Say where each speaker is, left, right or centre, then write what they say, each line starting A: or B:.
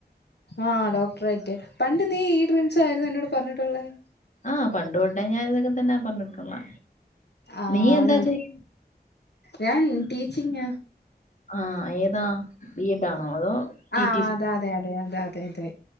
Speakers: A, on the left (about 75°); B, on the left (about 45°).
A: ആഹ് ഡോക്ടറേറ്റ് പണ്ട് നീ ഈ ഡ്രീംസ് ആയിരുന്നു എന്നോട് പറഞ്ഞിട്ടുള്ളത്
B: ആ പണ്ട് തൊട്ടേ ഞാൻ ഇതൊക്കെ തന്നെ പറഞ്ഞിട്ടുള്ളെ
A: ആന്ന്
B: നീ എന്താ ചെയ്യ്
A: ഞാൻ ടീച്ചിങ
B: ആഹ് ഏതാ ബീഎഡാണോ അതോ ടി
A: ആഹ്അത
B: ടി സി
A: അതെ അതെ അതെ അതെ